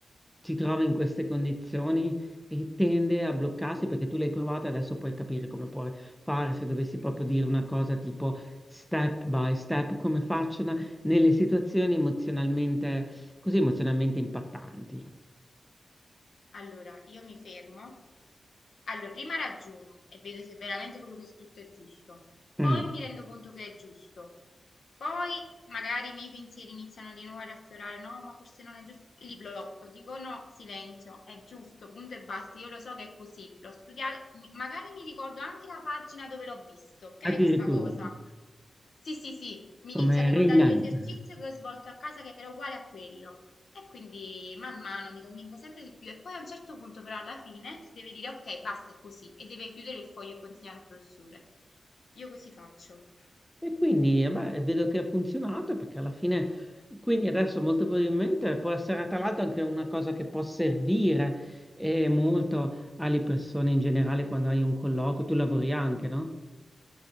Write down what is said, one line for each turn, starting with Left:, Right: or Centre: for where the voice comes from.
Centre: si trova in queste condizioni e tende a bloccarsi perché tu l'hai provata, adesso puoi capire come puoi fare, se dovessi
Left: Mhm.
Centre: proprio dire una cosa tipo step by step, come facciano nelle situazioni emozionalmente, così emozionalmente impattanti.
Left: Allora, io mi fermo. Allora, prima ragiono e vedo se veramente quello che ho scritto è giusto. Poi
Centre: Mm.
Left: mi rendo conto che è giusto. Poi magari i miei pensieri iniziano di nuovo a riaffiorare, no, ma forse non è giusto. Li blocco, dico no, silenzio, è giusto, punto e basta. Io lo so che è così, l'ho studiato, mi- magari mi ricordo anche la pagina dove l'ho visto, ok,
Centre: Addirittura,
Left: questa cosa. Sì, sì, sì, mi
Centre: come
Left: inizio a ricordare
Centre: Rain Man.
Left: l'esercizio che ho svolto a casa che era uguale a quello. E quindi man mano mi convinco sempre di più e poi a un certo punto però alla fine si deve dire ok, basta, è così e deve chiudere il foglio e consegnare al professore. Io così faccio.
Centre: E quindi, eh, beh, vedo che ha funzionato perché alla fine, quindi adesso molto probabilmente può essere tra l'altro anche una cosa che può servire eh, molto alle persone in generale quando hai un colloquio. Tu lavori anche, no?